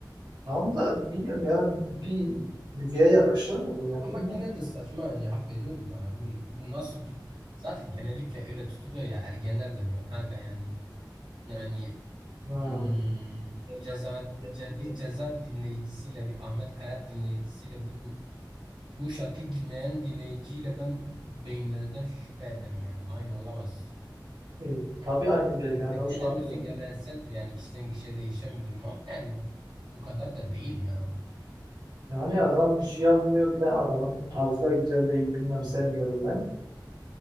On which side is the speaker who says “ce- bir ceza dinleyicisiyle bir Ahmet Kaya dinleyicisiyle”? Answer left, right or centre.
Right